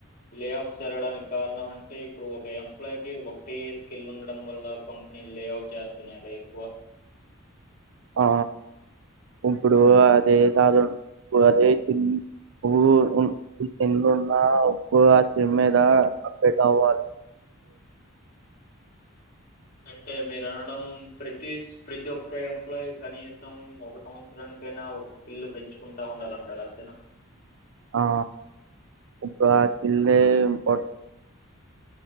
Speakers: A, on the left; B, on the right.
A: లేఅఫ్స్ జరగడానికి కారణం అంటే ఇప్పుడు ఒక ఎంప్లోయ్ కి ఒకటే స్కిల్ ఉండడం వల్ల కంపెనీ లేఅఫ్ చేస్తున్నార ఎక్కువ
B: ఆ ఇప్పుడు అదే కాదు అదే స్కిల్ నువు స్కిల్ ఉన్నప్పుడు ఆ స్కిల్ మీద అప్డేట్ అవ్వాలే
A: అంటే మీరు అనడం ప్రతిస్ ప్రతి ఒక్క ఎంప్లాయీ కనీసం ఒక సంవత్సరానికైనా ఒక స్కిల్ పెంచుకుంటా ఉండాలంటర అంతేనా
B: ఆ ఒక స్కిల్లే ఇంప్